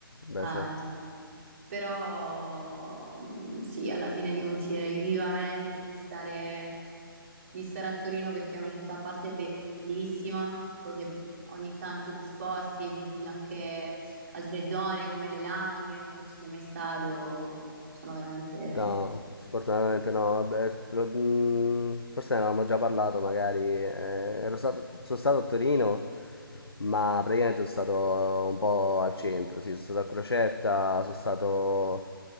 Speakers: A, on the left; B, on the right.
A: beh,
B: ah,
A: certo.
B: giù. Però mm, sì, alla fine ti consiglierei vivamente di stare, di stare a Torino perché è una città a parte bellissima, poi se ogni tanto disposti e visiti anche altre zone come le Langhe, non so se ci sei mai stato, sono veramente...
A: No, sfortunatamente no. Vabbè, te lo- mm, forse ne avevamo già parlato, magari. Eh, ero stato, sono stato a Torino, ma praticamente sono stato un po' al centro. Sì, sono stato a Crocetta, sono stato